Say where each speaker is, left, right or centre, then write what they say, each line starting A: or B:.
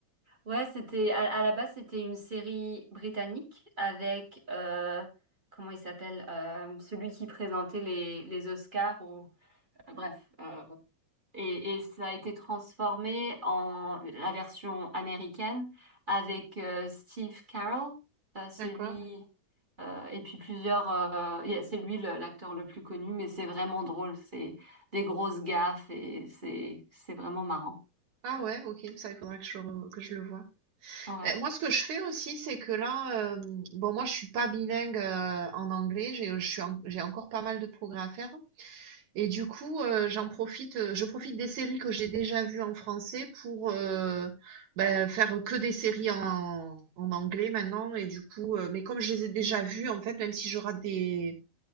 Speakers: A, on the right; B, on the right.
A: ouais, c'était à, à la base c'était une série britannique avec euh, comment il s'appelle euh, celui qui présentait les les Oscars ou Euh, Bref, euh, et, et ça a été transformé en la version américaine avec euh, Steve Carell, euh, celui
B: D'accord.
A: euh, et puis plusieurs. euh, yeah, c'est lui le- l'acteur le plus connu, mais c'est vraiment drôle. C'est des grosses gaffes et c'est c'est vraiment marrant.
B: Ah ouais, OK, ça, il faudra que je re que je le voie.
A: Ouais,
B: Eh, Moi, ce que je fais aussi, c'est que là, euh, bon, moi, je suis pas bilingue euh, en anglais, j'ai, euh, je suis en- j'ai encore pas mal de progrès à faire. Et du coup, euh, j'en profite, euh, je profite des séries que j'ai déjà vues en français pour euh, ben, faire que des séries en, en anglais maintenant. Et du coup, euh, mais comme je les ai déjà vues, en fait, même si je rate des,